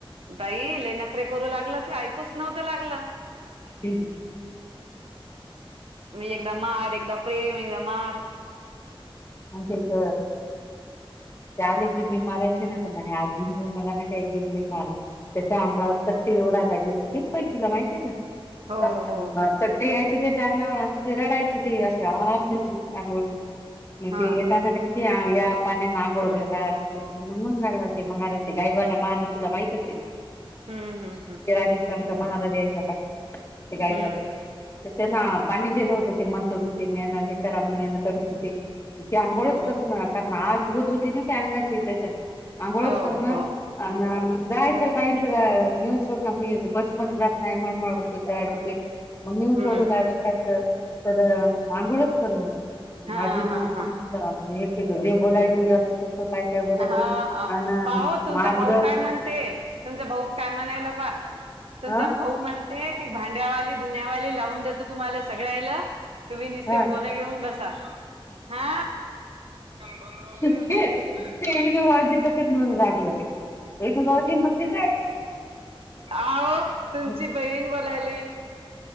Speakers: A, on the right (about 85°); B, on the left (about 30°).
A: बाई लय नखरे करू लागलं ते ऐकूच नव्हतं लागलं
B: <inaudible>
A: मग एकदा मार, एकदा प्रेम एकदा मार.
B: आमच्या इथ आले की मी मारायचे ना त आजून मला ना काही एक दिवसला मार त्याच्या अंगावर तर तेवढा घयला त पण तुला माहित आहे ना
A: हो हो
B: ते यायचे ते चांगवरजे रडायचं ते अशी आग घायची चांग मग
A: हा
B: ते येताना काय या पाण्यानं आघोळ
A: चल
B: घाला. असं तस नून लागला ते महाराजे गायवाला महाराज तुला माहितच
A: हम्म हम् हम्.
B: राजस्थान महाराज गाई
A: हम्म
B: त्यांना पाणी दिलं होत तेिमन तोडूनना हे करा म्हना कमी होते इची आंघोळच
A: हम्म
B: करत आग होत होती ना की अंगाची त्याच्या, आंघोळच
A: हो
B: करणा.
A: हो
B: अ जायचं काहीच नेऊन सोड ना, मी बसमध्ये जात नाही म्हण म <inaudible> मम्मीहून
A: हम्म
B: सोडू द्या सोडायचं तर आंघोळच कर ना
A: हा
B: म्हण
A: हा हा
B: बापरे! जे बोलायली असं तसं काय काय बोलायली
A: हा हा
B: हान
A: पाहो तुमचा
B: मारग
A: भाऊ काय म्हणते तुमचा भाऊ काय म्हणायला पा तुमचा
B: अ
A: भाऊ म्हण ते की भांड्यावाली, धुन्यावाली लावून देतो तुम्हाला सगळ्यायला तुम्ही नुसते
B: ह
A: फोन घेऊन बसा हा बंद राहू दे
B: ते
A: जाऊ दे घरीच
B: वाजे तसेच म्हणून लागले होते विनू भाऊजी म्हणते काय
A: आओ तु
B: कुठ
A: ची बहीण बोलायली